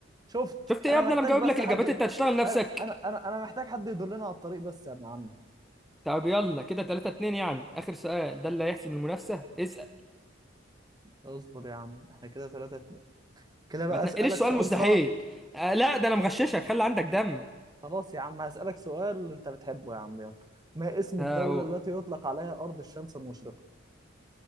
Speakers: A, on the right; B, in the centre.
A: شفت
B: شفت ايه
A: انا
B: يا ابني
A: محتاج
B: انا مجاوب
A: بس
B: لك الاجابات
A: حد ي-
B: انت هتشتغل نفسك
A: انا انا انا أنا محتاج حد يدلنا على الطريق بس يا ابن عمي
B: طب يلا كده 3 2 يعني اخر سؤال ده اللي هيحسم المنافسه اسال
A: اصبر يا عم احنا كده 3 كده بقى
B: ما تنقليش
A: أسألك
B: سؤال
A: سؤال
B: مستحيل
A: صعب
B: آه لا ده انا مغششك خلي عندك دم
A: خلاص يا عم هسألك سؤال أنت بتحبه يا عم يلا ما اسم
B: آه
A: الدولة التي يطلق عليها أرض الشمس المشرقة؟